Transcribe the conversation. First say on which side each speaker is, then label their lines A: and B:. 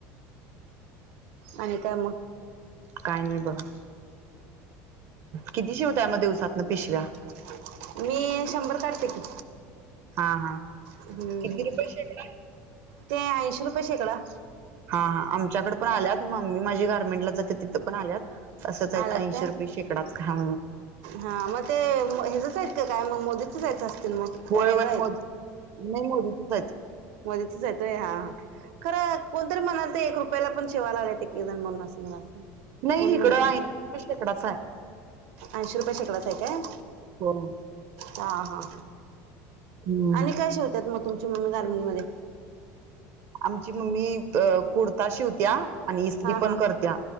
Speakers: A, on the right; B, on the right.
A: आणि काय मग?
B: काय नाही बघा, किती शिवतय म दिवसातन पिशव्या?
A: <inaudible> मी शंभर काढते की.
B: हा हा.
A: हम्म,
B: किती रुपये शिवताय?
A: ते ऐंशी रुपये शेकडा.
B: हा आमच्याकडे पण आल्यात मम्मी माझी गार्मेंटला जाते तिथं पण आल्यात. तंसच आहेत
A: आल्यात
B: ऐंशी
A: काय
B: रुपये शेकडात, हा.
A: हा मग ते हेच्याच आहेत का काय मग मोदीचीच यायचं असतील मग
B: होय
A: काय वेगळं
B: होय
A: आहेत?
B: मोद नाही मोदीचिच आहेत.
A: मोदीचीच हायत हा, खरं कोणतरी म्हणाल तर एक रुपयाला पण शेवाय लागल्या एकीक जण म्हणून असं म्हणा.
B: नाही
A: कोण
B: इकडं
A: म्हंटलं?
B: ऐंशी रुपये शेकडाच आहे
A: ऐशी रुपये शेकडच आहे काय?
B: हो.
A: हा हा,
B: हम्म
A: आणि काय शिवतात मग तुमची मम्मी गार्मन मध्ये?
B: आमची मम्मी कुर्ता शिवत्या आणि इस्त्री
A: हा
B: पण
A: हा
B: करत्या.